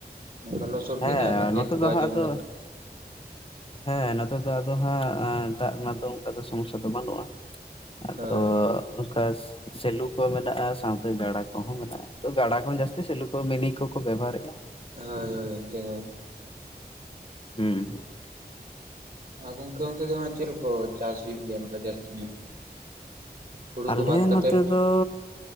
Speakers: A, on the right; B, on the left.
A: ᱚᱱᱠᱟ ᱫᱚ ᱥᱚᱫ
B: ᱦᱮᱸ
A: ᱜᱮ ᱛᱟᱦᱮᱱᱟ ᱠᱷᱮᱛ
B: ᱱᱚᱛᱮ
A: ᱠᱚ
B: ᱫᱚ
A: ᱟᱡᱚᱢ
B: ᱦᱟᱸᱜ ᱟᱫᱚ
A: ᱜᱚᱫᱚᱜ
B: ᱦᱮᱸ ᱱᱚᱛᱮ ᱫᱚ ᱟᱫᱚ ᱦᱟᱸᱜ ᱫᱟᱜ ᱨᱮᱱᱟᱜ ᱫᱚ ᱚᱱᱠᱟ ᱫᱚ ᱥᱚᱢᱚᱥᱥᱟ ᱫᱚ ᱵᱟᱹᱱᱩᱜ-ᱟ᱾ ᱟᱫᱚ
A: ᱦᱳᱭ ᱦᱳᱭ
B: ᱚᱱᱠᱟ ᱥᱮᱞᱩ ᱠᱚ ᱢᱮᱱᱟᱜ-ᱟ, ᱥᱟᱶᱛᱮ ᱜᱟᱰᱟ ᱠᱚᱦᱚᱸ ᱢᱮᱱᱟᱜ-ᱟ᱾ ᱟᱫᱚ ᱜᱟᱰᱟ ᱠᱷᱚᱱ ᱡᱟᱹᱥᱛᱤ ᱥᱮᱞᱩ ᱠᱚ ᱢᱮᱱᱤ ᱠᱚᱠᱚ ᱵᱮᱵᱷᱟᱨᱮᱫ-ᱟ᱾
A: ᱦᱳᱭ ᱦᱳᱭ ᱚᱱᱛᱮ ᱫᱚ ᱾
B: ᱦᱩᱸ ᱦᱩᱸ᱾
A: ᱜᱚᱝᱠᱮ ᱚᱱᱛᱮ ᱫᱚ ᱦᱟᱸᱜ ᱪᱮᱫ ᱠᱚ ᱪᱟᱥ ᱦᱩᱭᱩᱜ ᱜᱮᱭᱟ ᱱᱚᱝᱠᱟ ᱡᱟᱹᱥᱛᱤ ᱧᱚᱜ? ᱦᱩᱲᱩ
B: ᱟᱞᱮ
A: ᱠᱚ ᱵᱟᱫᱽ ᱠᱟᱛᱮᱫ
B: ᱱᱚᱛᱮ
A: ᱾
B: ᱫᱚ